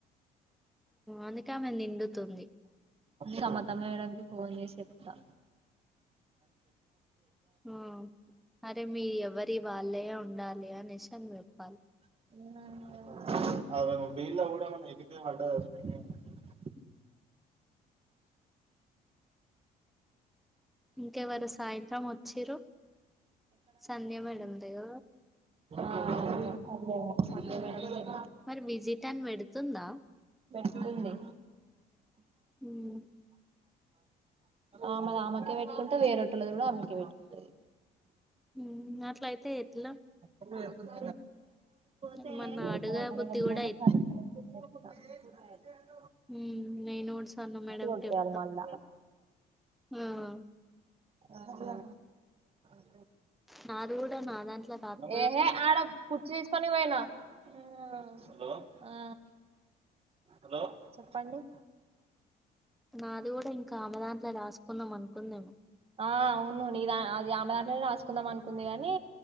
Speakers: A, in the centre; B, on the right.
A: అందుకే ఆమె నిండుతుంది
B: సమత మేడం కీ ఫోన్ జేస్ చెప్ త
A: ఉమ్ అరే మీ ఎవరి వాళ్ళయే ఉండాలి అనేస్ అన్నరు వాల్
B: ఇంగ <unintelligible>
A: ఇంకెవరు సాయంత్రం వచ్చిరు సంధ్య మేడం దేగ
B: అ అ <unintelligible> సంధ్య మేడమ్ దే
A: మరి విజిట్ అని బేడుతుందా
B: పెట్టు డుంది
A: హ్మ్మ్
B: ఆమాద్ ఆమకే పెట్టుకుంట వేరేటోలది గూడా ఆమెకే పెట్టుకుంటది
A: హ్మ్ అట్ల అయితే ఎట్లా
B: ఉమ్
A: ఏమన్నా
B: తే <inaudible>
A: అడుగా
B: పోతే
A: బుద్ధి కూడా
B: పై <unintelligible>
A: ఉహుమ్ నే నోడ్స్ అన్ మేడం
B: కొట్టేయాలి
A: కే కెప్ త
B: మళ్ళా
A: ఊహ్మ్
B: అల <unintelligible>
A: నాద్ కూడా నా దాంట్లో రా త్
B: ఎహె ఆడ కుర్చ్ తీస్ కోని పోయినా ఆ హలో ఆ హలో చెప్పండి
A: నాది కూడా ఇంకా ఆమె దాంట్లో రాసుకుందాం అనుకుందేమో
B: ఆ అవును నిదా ఆ అది ఆమదాంట్లోనే రాసుకుందాం అనుకుంది గాని